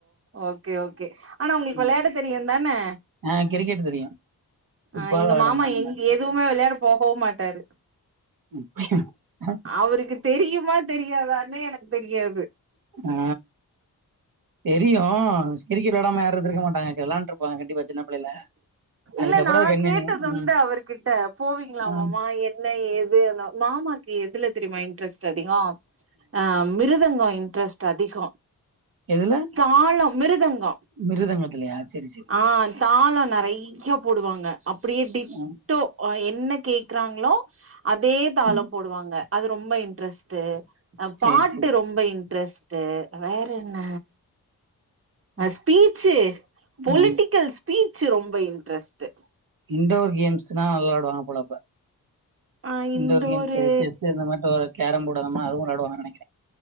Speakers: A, on the right; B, on the right.
A: ஓகே ஓகே ஆனா உங்களுக்கு
B: ம்
A: விளையாட தெரியுந்தானே
B: ஆ கிரிக்கெட் தெரியு ஃபுட்பால்
A: ஆ இங்க
B: வெளாட
A: மாமா
B: மாட்டாங்க
A: எங்க எதுவுமே விளையாட போகவும் மாட்டாரு
B: <inaudible>
A: அவருக்கு தெரியுமா தெரியாதானே எனக்கு தெரியாது
B: ஆ தெரியு கிரிக்கெட் விளையடமா யாரு இருந்துருக்க மாட்டாங்க வெளாம்ட்ருப்பாங்க கண்டிப்பா சின்ன பிள்ளைல
A: இல்ல
B: அதுக்கப்புற
A: நா
B: அது கண்டினியூ
A: கேட்டதுண்டு
B: ம்
A: அவர்கிட்ட போவீங்களாமமா
B: ஆ
A: என்ன ஏது மாமாக்கு எதுல தெரியுமா இன்ட்ரெஸ்ட் அதிக ஆ மிருதங்க இன்ட்ரெஸ்ட் அதிக
B: எதுல
A: கால மிருதங்கொ
B: மிருத்தங்கத்துலய சரி சரி
A: ஆ தாள நெறைய போடுவாங்க அப்படியே டிட்டோ
B: ம்
A: ஓ என்ன கேக்குறாங்களோ அதே தாளம்
B: ம்
A: போடுவாங்க அது ரொம்ப இன்ட்ரெஸ்ட்டு
B: சேரி
A: பாட்டு
B: சேரி
A: ரொம்ப இன்ட்ரெஸ்ட்டு வேற என்ன ஆ ஸ்பீச்சு பொலிட்டிக்கல்
B: ம்
A: ஸ்பீச்சு ரொம்ப இன்ட்ரெஸ்ட்டு
B: இன்ண்டோர் கேம்ஸ்ன்னா நல்லாடுவாங்க போலப்ப
A: ஆ
B: இன்டோர்
A: இன்டோரு
B: கேம்ஸ்சு செஸ்சு இந்த மாரி ஒரு கேரம்போர்டு அ மாரி அதுவு விளையடுவாங்கன்னு நெனைக்கிறே